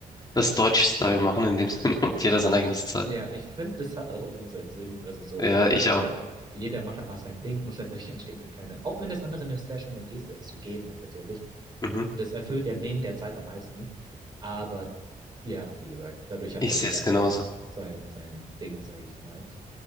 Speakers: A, on the left (about 25°); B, on the right (about 30°).
A: das Deutsch-Style machen in dem <laughs> Sinne und jeder sein eigenes zahlt.
B: ja. Ich finde, das hat auch irgendwo seinen Sinn. Also so,
A: Ja, ich auch.
B: ja, jeder macht einfach sein Ding und <laughs> dadurch entstehen halt keine. Auch wenn das andere eine sehr schöne Geste ist, so geben halt natürlich.
A: Mhm.
B: Das erfüllt ja den derzeit am meisten. Aber ja, wie gesagt, dadurch hat
A: Ich
B: halt
A: sehe
B: jeder
A: es
B: einfach
A: genauso.
B: sein, sein Ding, sage ich mal.